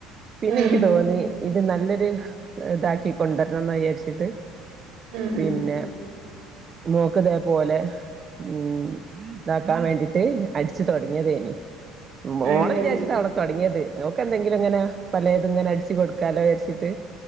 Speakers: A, on the right; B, on the right.
A: പിന്നെ
B: ഉം ഉം
A: എനിക്ക് തോന്നി ഇത് നല്ലൊരു ഇതാക്കി കൊണ്ടുവരണമെന്ന് വിചാരിച്ചിട്ട്
B: ഉം
A: പിന്നെ
B: ഉം
A: മോക്ക് ഇതേപോലെ ഉം ഇതാക്കാൻ വേണ്ടിട്ട് അടിച്ചു തുടങ്ങിയതേനി മോളെ
B: അത് ശരി
A: വിചാരിച്ചിട്ടാ അവിടെ തുടങ്ങിയത് ഓക്കെന്തെങ്കിലും ഇങ്ങനെ പലേത് ഇങ്ങനെ അടിച്ചു കൊടുക്കാലോ വിചാരിച്ചിട്ട്